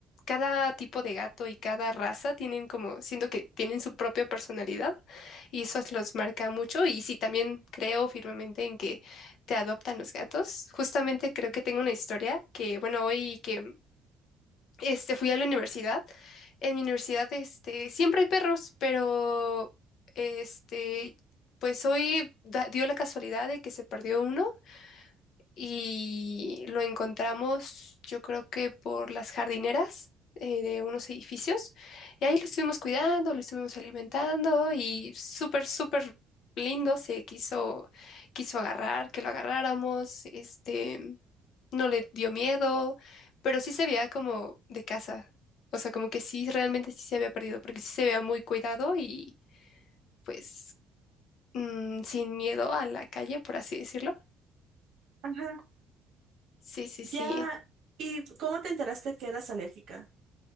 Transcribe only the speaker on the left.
cada tipo de gato y cada raza tienen como, siento que tienen su propia personalidad. Y eso los marca mucho. Y sí, también creo firmemente en que te adoptan los gatos. Justamente creo que tengo una historia que, bueno, hoy que este, fui a la universidad. En mi universidad, este, siempre hay perros, pero este, pues hoy da- dio la casualidad de que se perdió uno y lo encontramos, yo creo que por las jardineras eh, de unos edificios. Y ahí lo estuvimos cuidando, lo estuvimos alimentando y súper, súper lindo. Se quiso, quiso agarrar, que lo agarráramos. Este, no le dio miedo, pero sí se veía como de casa. O sea, como que sí, realmente sí se había perdido, porque sí se veía muy cuidado y pues mm, sin miedo a la calle, por así decirlo.
Sí, sí,
sí.